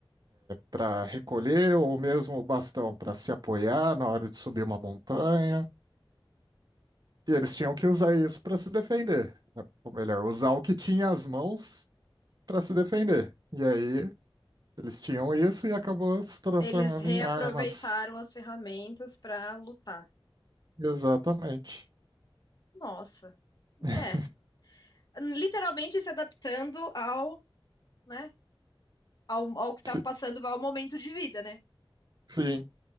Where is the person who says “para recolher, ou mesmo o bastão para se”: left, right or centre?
Right